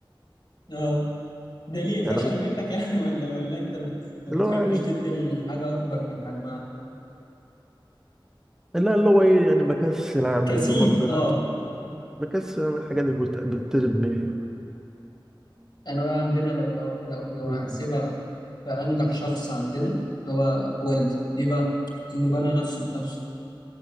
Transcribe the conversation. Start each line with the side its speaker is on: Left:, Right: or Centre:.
Left: اه ده ليه فشل
Centre: يعني أنا
Left: منك يعني <laughs> ولا ولا انت ما ما بتحبش
Centre: اللي هو يعني
Left: تدي الحاجة اكبر من حجمها
Centre: لا اللي هو إيه يعني بكسل أعمل
Left: كسيد
Centre: اللي هما بيقولوا
Left: اه
Centre: عليه بكسل أعمل الحاجة اللي بت- بتطلب مني
Left: انا بقى عندنا لو لو لو, لو
Centre: <laughs> م-
Left: هحسبها بأنجح شخص عندنا هو والدي ليه بقى انه بنى نفسه بنفسه